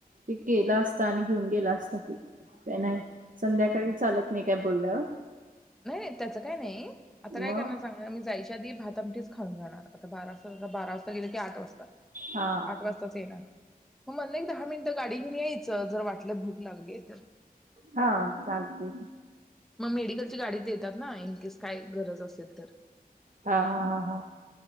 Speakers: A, on the right (about 60°); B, in the centre.
A: ते केला असता, आणि घेऊन गेला असता, की नाही संध्याकाळी चालत नाही काही बोलल्यावर
B: नाही नाही त्याचं काय नाही आता काय
A: मग
B: करणार सांगणार मी जायची कधीही भात आमटीच खाऊन जाणार आता बारा वातात बारा वाजता गेले ते आठ वाजता
A: हा
B: आठ वाजताच येणार. म्हटलं, दहा मिनिटं गाडी घेऊन यायचं, जर वाटल्यात भूक लागलीये.
A: हा चालतय.
B: मग मेडिकलची गाडी देतात ना. आइनकीस काय गरज असेल तर.
A: हा हा हा हा